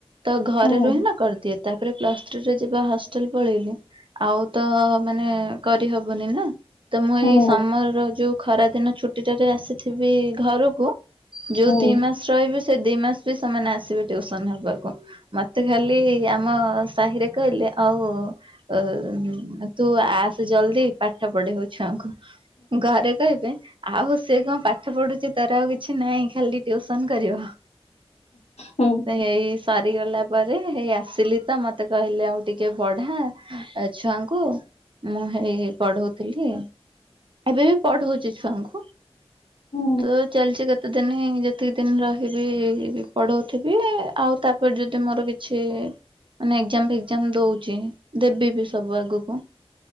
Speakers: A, on the right (about 50°); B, on the left (about 85°).
A: ତ ଘରେ
B: ହୁଁ
A: ରୁହେ ନା କରି ଏତାପରେ ପ୍ଲସ୍ ଥ୍ରୀରେ ଯିବା ହଷ୍ଟେଲେ ପଳେଇଲେ ଆଉ ତ ମାନେ କରିହବନି ନା ତ ମୁଁ
B: ହୁଁ
A: ଏଇ
B: ହୁଁ
A: ସମର ର ଯୋଉ। ଖରା ଦିନ ଛୁଟି ଟାରେ ଆସିଥିବି ଘରକୁ ଯୋଉ
B: ହୁଁ।
A: ଦି ମାସ୍ ରହିବି ସେ ଦି ମାସେ ବି ସେମାନେ ଆସିବେ ଟିଉସନ୍ ହବାକୁ ମତେ ଖାଲି ଆପ୍ ଆମ ସାହିରେ କହିଲେ ଆଉ ଅ ତୁ ଆସେ ଜଲଦି ପାଠ ପଢେଇବୁ ଛୁଆଙ୍କୁ। ଘରେ କହିବେ ଆଉ ସେ କଣ ପାଠ ପଢୁଛି ତାର ଆଉ କିଛି ନାହିଁ ଖାଲି ଟିଉସନ୍ କରିବ।
B: ହୁଁ
A: ହେଇ ସରିଗଲା ପରେ ହେଇ ଆ ଆଶିଲି ତ ମତେ କହିଲେ ଆଉ ଟିକେ ପଢ଼ା ଛୁଆଙ୍କୁ। ମୁଁ ହେଇ ପଢଉଥିଲି ଏବେ ବି ପଢଉଚି ଛୁଆଙ୍କୁ।
B: ହୁଁ
A: ତୁ ତ୍। ଚାଲିଚି କେତେଦିନି ଯେତିକି ଦିନି ରହିବି ପଢ଼ୋଉଥିବି ଆଉ ତାପରେ ଯଦି ମୋର କିଛି କିଛି ମାନେ ଏକେଜାମ ଫେକେଜାମ ଦଉଚି ଦେବି ବି ସବୁ ଆଗକୁ।